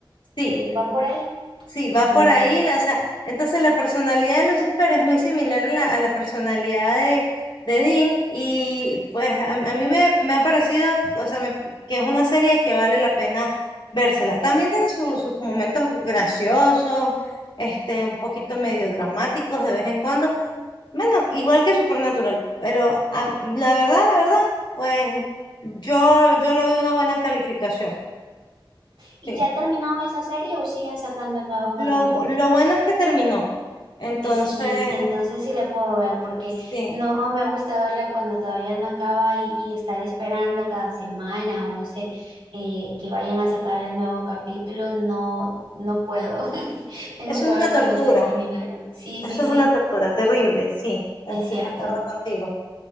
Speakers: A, on the left; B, on the right.
A: sí.
B: Eh, va por ahí.
A: Sí, va
B: Mm.
A: por ahí, la- o sea, entonces la personalidad de Lucifer es muy similar a la, a la personalidad de, de Dean y pues a, a mí me, me ha parecido, o sea, me- que es una serie que vale la pena vérsela. También tiene su- sus momentos graciosos, este, un poquito medio dramáticos de vez en cuando, bueno, igual que Supernatural, pero ah, la verdad, la verdad, pues yo, yo le doy una buena calificación,
B: ¿Y
A: sí.
B: ya terminó esa serie o siguen sacando nuevos capítulos?
A: Lo, bu- lo bueno es que terminó. Entonces,
B: eh, Sí, entonces sí la puedo ver porque
A: Sí,
B: no me gusta verla cuando todavía no acaba y, y estar esperando cada semana o no sé eh, que vayan a sacar el nuevo capítulo, no, no puedo. <laughs> Tengo
A: eso
B: que
A: es
B: verla
A: una tortura,
B: cuando ya terminaron. Sí,
A: eso
B: sí, sí,
A: es una tortura terrible, sí, estoy
B: es cierto.
A: de acuerdo contigo.